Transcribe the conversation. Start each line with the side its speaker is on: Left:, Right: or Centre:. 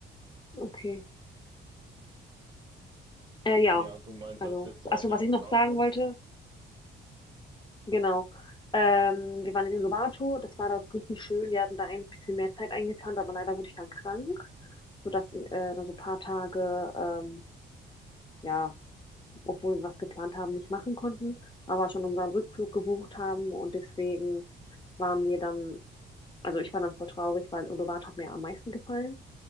Left: okay. Äh, ja,
Right: Ja, du meinst
Left: also,
Right: als letztes war
Left: achso,
Right: den
Left: was
Right: Uluwatu?
Left: ich noch sagen wollte, genau. Ähm, wir waren in Uluwatu, das war dort richtig schön. Wir hatten da eigentlich ein bisschen mehr Zeit eingeplant, aber leider wurde ich dann krank, sodass
Right: Mhm,
Left: äh, dann so ein paar Tage, ähm, ja, obwohl wir was geplant haben, nicht machen konnten, aber schon unseren Rückflug gebucht haben und deswegen waren wir dann, also ich war dann voll traurig, weil Uluwatu hat mir am meisten gefallen,